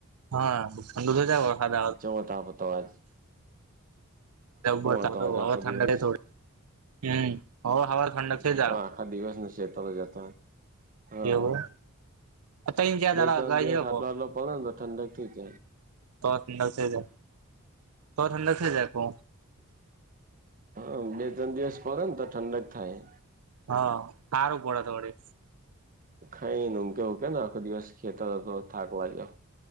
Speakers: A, on the right; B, on the right.
A: હા ખંડુ થઈ જ ખાદ
B: તો ત પતા
A: જબબર તો
B: હતો આજ
A: હવે
B: આખો
A: ઠંડ,
B: દિવસ
A: થોડી હમ હવે હવે ઠંડક થઈ
B: હુ,
A: જાવ
B: તો આખા દિવસને ચેત જતા હા
A: એવું તઈણ ચાર
B: બે
A: દાડા
B: ત્રણ
A: અગાઉ
B: દિવસ
A: આયો
B: આટલો
A: કોક
B: આટલો પડ ને તો ઠંડક થી ત
A: ત ઠંડ થ જ, તો ઠંડ થ જાય કો
B: હા, બે ત્રણ દિવસ પડે ને તો ઠંડક થાય
A: હા સારું પડ તો વડે
B: ખાઈનેમ કેવું કેને આખો દિવસ ખેતો હતો તો થાકવા જાવ